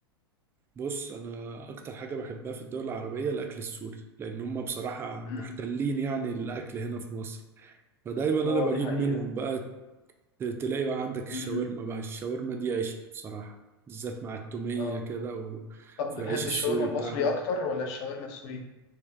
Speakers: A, on the right (about 15°); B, on the left (about 40°).
A: بص أنا أكتر حاجة بحبها في الدول العربية الأكل السوري لأن هم بصراحة محتلين
B: امم
A: يعني الأكل هنا في مصر فدايما انا
B: اه
A: بجيب
B: دي حقيقه
A: منهم بقى ت- تلاقي بقى عندك الشاورما
B: امم
A: بقى الشاورما دي عيش بصراحة بالذات مع التومية
B: اه
A: كده وفي
B: طب بتحب
A: العيش السوري
B: الشاورما المصري
A: بتاعهم
B: اكتر ولا الشاورما السوري